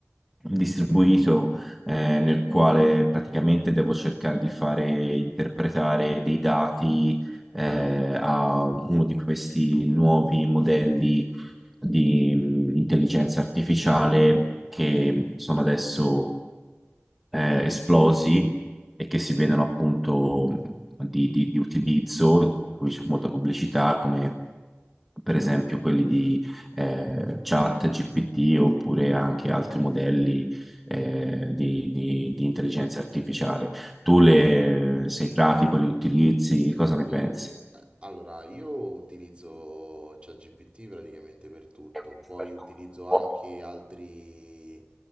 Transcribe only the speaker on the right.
E,
allora, io utilizzo ChatGPT praticamente per tutto,
poi
utilizzo
anche altri